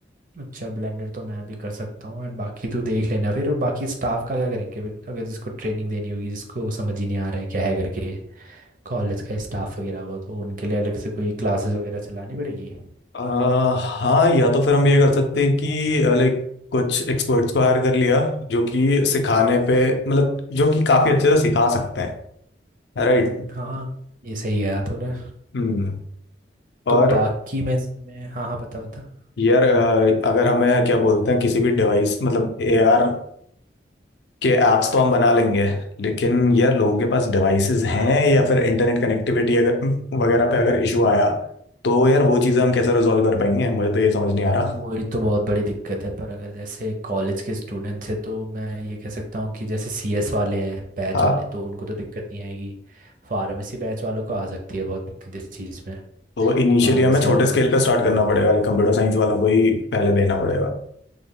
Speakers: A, on the right; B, on the left.
A: अच्छा ब्लेंडर तो मैं भी कर सकता हूँ एंड बाकी तू देख लेना फिर और बाकी स्टाफ का क्या करेंगे फिर अगर जिसको ट्रेनिंग देनी होगी जिसको समझ ही नहीं आ रहा है क्या है करके कॉलेज का स्टाफ वगैरह हो तो उनके लिए अलग से कोई क्लासेस वगैरह चलानी पड़ेगी
B: अ, हाँ या तो फिर हम ये कर सकते हैं कि लाइक कुछ एक्सपर्ट्स को हायर कर लिया जो कि सिखाने पे मतलब जो कि काफ़ी अच्छे से सिखा सकते हैं राइट
A: हाँ ये सही गया तूने
B: हम्म
A: तो
B: और
A: बाकी मैं इसमें हाँ हाँ बता बता
B: यार अ, अगर हमें क्या बोलते हैं किसी भी डिवाइस मतलब एआर कि ऐप्स तो हम बना लेंगे लेकिन यार लोगों के पास डिवाइसेस हैं या फिर इंटरनेट कनेक्टिविटी अगर वगैरह पे अगर इशू आया तो यार वो चीज़ें हम कैसे रिजॉल्व कर पाएंगे मुझे तो ये समझ नहीं आ रहा
A: वही तो बहुत बड़ी दिक्कत है पर अगर जैसे कॉलेज के स्टूडेंट्स हैं तो मैं ये कह सकता हूँ कि जैसे सीएस वाले हैं बैच
B: हाँ
A: वाले तो उनको तो दिक्कत नहीं आएगी फार्मेसी बैच वालों को आ सकती है बहुत दिक्कत इस चीज़ में
B: तो इनिशियली
A: फार्मेसी
B: हमें छोटे
A: और वो
B: स्केल
A: तो,
B: पे स्टार्ट
A: हाँ
B: करना पड़ेगा कंप्यूटर साइंस वालों को ही पहले
A: हम्म।
B: देना पड़ेगा